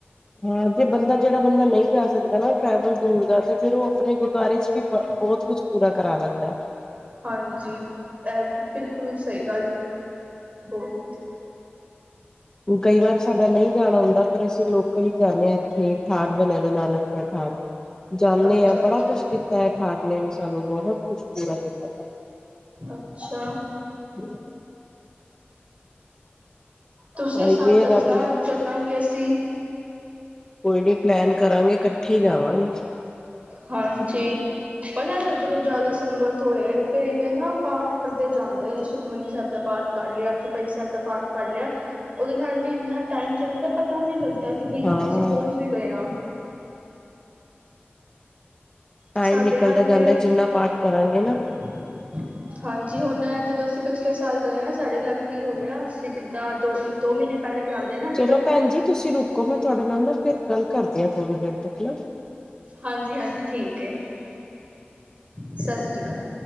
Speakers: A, on the left; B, on the right.
A: ਹਾਂ, ਜੇ ਬੰਦਾ ਜਿਹੜਾ ਬੰਦਾ ਨਹੀਂ ਕਰ ਸਕਦਾ ਨਾ। ਟ੍ਰੇਵਲ ਦੂਰ ਦਾ ਤੇ ਫਿਰ ਉਹ ਆਪਣੇ ਗੁਰਦੁਆਰੇ ਚ ਵੀ ਬ ਬਹੁਤ ਕੁਛ ਪੂਰਾ ਕਰਾ ਲੈਂਦਾ।
B: ਹਾਂਜੀ, ਬਿਲਕੁਲ ਸਹੀ ਗੱਲ ਬਹੁਤ ਵਧੀਆ
A: ਕਈ ਵਾਰ ਸਾਡਾ ਨਹੀਂ ਜਾਣਾ ਹੁੰਦਾ ਫਿਰ ਅਸੀਂ ਲੋਕਲ ਹੀ ਜਾਣੇ ਆ ਇੱਥੇ ਠਾਠ ਬਣਿਆ ਦਾ ਨਾਨਕਸ ਠਾਠ
B: ਵਧੀਆ
A: ਜਾਣੇ
B: ਅੱਛਾ
A: ਆ ਬੜਾ
B: ਅੱਛਾ
A: ਕੁਛ ਤੈ ਠਾਠ ਨੇ ਵੀ ਸਾਨੂੰ ਬਹੁਤ ਕੁਛ ਪੂਰਾ ਕੀਤਾ।
B: ਅੱਛਾ
A: ਹਾਂ,
B: ਤੁਸੀਂ
A: ਆਈ
B: ਸਾਨੂੰ
A: ਵੀ ਹੈ
B: ਦੱਸਣਾ
A: ਰਾਬੀ
B: ਚੱਲਾਂਗੇ ਅਸੀਂ
A: ਕੋਈ ਨੀ ਪਲੈਨ ਕਰਾਂਗੇ ਇਕੱਠੇ ਜਾਵਾਂਗੇ।
B: ਹਾਂਜੀ, ਪਰ ਜਦੋਂ ਜ਼ਿਆਦਾ ਸੰਗਤ ਹੋਏ ਫਿਰ ਇਵੇਂ ਨਾ ਪਾਠ ਕਰਦੇ ਜਾਂਦੇ ਨੇ ਸੁਖਮਨੀ ਸਾਹਿਬ ਦਾ ਪਾਠ ਕਰ ਲਿਆ ਚੁਪਾਈ ਸਾਹਿਬ ਦਾ ਪਾਠ ਕਰ ਲਿਆ ਉਹਦੇ ਨਾਲ ਵੀ ਇੰਨਾ ਟਾਈਮ ਚੱਲ ਜਾਂਦਾ ਪਤਾ ਵੀ ਲੱਗਦਾ ਕਿ ਭਈ
A: ਹਾਂ
B: ਅਸੀਂ ਪਹੁੰਚ ਵੀ ਗਏ ਆ।
A: ਟਾਈਮ
B: ਸਾਡੇ
A: ਨਿਕਲਦਾ
B: ਨਾਲ
A: ਜਾਂਦਾ
B: ਤੇ
A: ਜਿੰਨਾ ਪਾਠ ਕਰਾਂਗੇ
B: <inaudible>
A: ਨਾ <inaudible>
B: ਹਾਂਜੀ, ਹੁਣ ਜਦੋਂ ਅਸੀਂ ਪਿਛਲੇ ਸਾਲ ਗਏ ਆ ਸਾਡੇ ਨਾਲ ਕੀ ਹੋ ਗਿਆ ਅਸੀਂ ਜਿੱਦਾਂ ਦੋ ਦੋ ਮਹੀਨੇ ਪਹਿਲੇ। ਕਰਾਉਂਦੇ ਨਾ ਟਿਕਟ
A: ਚਲੋ ਭੈਣ ਜੀ ਤੁਸੀਂ ਰੁਕੋ ਮੈਂ ਤੁਹਾਡੇ ਨਾਲ ਨਾ ਫਿਰ ਗੱਲ ਕਰਦੀ ਹਾਂ ਥੋੜ੍ਹੀ ਦੇਰ ਤੱਕ ਨਾ
B: ਹਾਂਜੀ ਹਾਂਜੀ, ਠੀਕ ਐ ਸਤਿ ਸ੍ਰੀ ਅਕਾਲ।